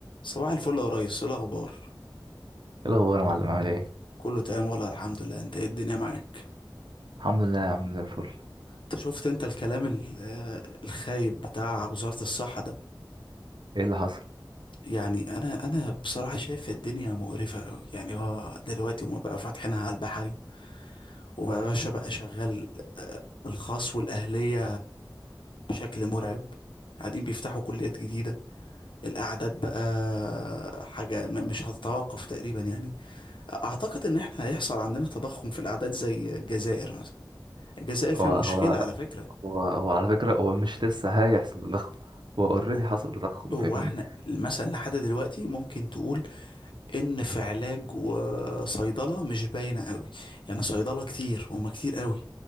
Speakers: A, on the left; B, on the right.
A: صباح الفل يا ريس ايه الاخبار
B: ايه الاخبار يا معلم عامل ايه
A: كله تمام والله الحمد لله انت ايه الدنيا معاك
B: الحمد لله يا عم زي الفل
A: انت شفت انت الكلام ال- آه، الخايب بتاع وزارة الصحة ده
B: ايه اللي حصل
A: يعني انا انا بصراحة شايف الدنيا مقرفة قوي يعني هو دلوقتي هما بقى فاتحينها على البحري وبقى باشا بقى شغال آه، الخاص والاهلية بشكل مرعب قاعدين بيفتحوا كليات جديدة الاعداد بقى حاجة م- مش هتتوقف تقريبا يعني اعتقد ان احنا هيحصل عندنا تضخم في الاعداد زي الجزائر مثلا الجزائر فيها
B: هو هو
A: مشكلة على فكرة
B: هو هو على فكره هو مش لسه هيحصل تضخم هو اوريدي
A: هو
B: حصل تضخم
A: هو
B: فاهمني
A: احنا مثلا لحد دلوقتي ممكن تقول ان في علاج وصيدلة مش باينة قوي يعني صيدلة كتير هما كتير قوي